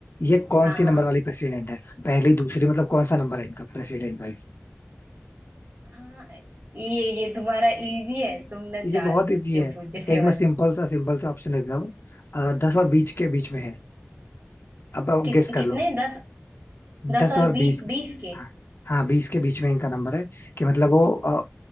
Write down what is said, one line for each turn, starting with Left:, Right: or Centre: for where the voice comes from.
Left: ये कौन
Right: हाँ
Left: सी
Right: हाँ
Left: नंबर वाली प्रेसिडेंट है पहली दूसरी मतलब कौन सा नंबर है इनका प्रेसिडेंट वाइज
Right: हाँ ये ये तुम्हारा इजी है तुम ना
Left: ये
Right: जानबूझ
Left: बहुत इजी
Right: के
Left: है
Right: पूछ रहे
Left: एक मैं सिंपल
Right: हो
Left: सा सिंपल सा ऑप्शन देता हूँ अ, दस और बीस के बीच में है अब आप
Right: किस
Left: गेस कर
Right: कितने
Left: लो
Right: दस दस
Left: दस
Right: और
Left: और बीस
Right: बीस बीस
Left: के-
Right: के
Left: हाँ हाँ बीस के बीच में इनका नंबर है कि मतलब वो अ,